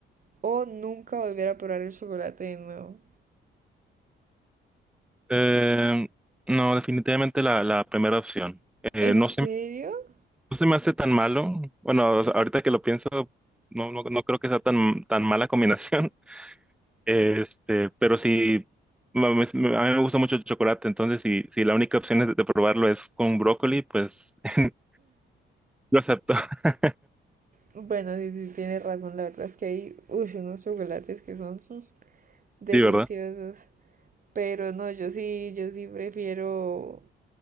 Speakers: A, on the right; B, in the centre.
A: o nunca volver a probar el chocolate de nuevo.
B: Eh, no, definitivamente la, la primera opción. Eh,
A: ¿En
B: no
A: serio?
B: se, no se me hace tan malo. Bueno, o sea, ahorita que lo pienso, no, no, no creo que sea tan, tan mala combinación. Este, pero si a mí me gusta mucho el chocolate, entonces si, si la única opción es de probarlo es con brócoli, pues <laughs> lo acepto. <laughs>
A: Bueno, sí, sí, tienes razón, la verdad es que hay uy, unos chocolates que son mm, deliciosos,
B: Sí, ¿verdad?
A: pero no, yo sí, yo sí prefiero